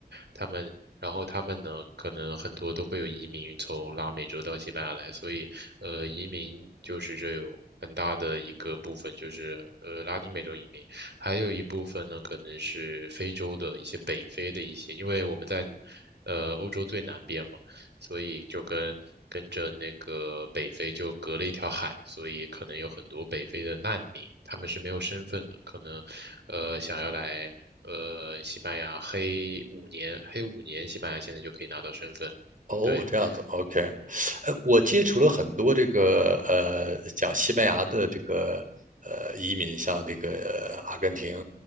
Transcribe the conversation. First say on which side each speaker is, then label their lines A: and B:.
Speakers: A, on the right; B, on the right.
A: 他们，然后他们呢，可能很多都会有移民从拉美洲到西班牙来，所以呃，移民就是这有很大的一个部分就是呃拉丁美洲移民，还有一部分呢可能是非洲的一些北非的一些，因为我们在呃欧洲最南边嘛。所以就跟跟着那个北非就隔了一条海，所以可能有很多北非的难民，他们是没有身份的，可能呃想要来呃西班牙黑五年，黑五年西班牙现在就可以拿到身份，
B: 哦，
A: 对，
B: 这样子，OK。哎，
A: 嗯
B: 我接触了很多这个呃讲西班牙的这个呃移民，像这个呃阿根廷，